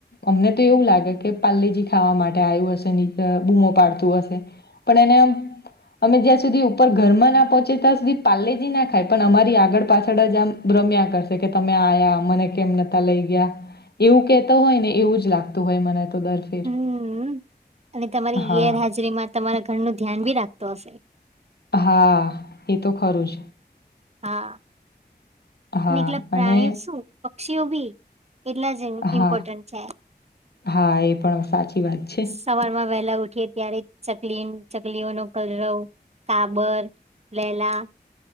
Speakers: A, on the left; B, on the right.
A: અમને, તો એવું લાગે કે પાલેજી ખાવા માટે આવ્યું હશે, ની બૂમો પાડતો હ પણ એને અમે જ્યાં સુધી ઉપર ઘરમાના પહોંચે, ત્યાં સુધી પાલેજના, ખાય પણ અમારી આગળ પાછળ જ મ્યા કરશે, કે તમે આ્યા મને કેમ નતા લઈ ગયા એવું કેતો હોય, ને એવું જ લાગતું હોય, મને તો દર ફેર
B: હમ, અને તમારી
A: હા
B: ગેરહાજરી મા તમારા ઘરનું, ધ્યાન બી રાખતો હશે
A: હા, એ તો ખરુંજ
B: હા,
A: હા
B: અનેટલા પ્રાણીઓ,
A: અને
B: શું પક્ષીઓ બી એટલા જ
A: હા
B: ઇમ્પોર્ટન્ટ છે,
A: હા એ પણ સાચી વાત છે
B: સવારમાં વહેલા ઉઠ કે ત્યારે ચકલી, ચકલીઓ નો કલરવ સાાબર, લેલા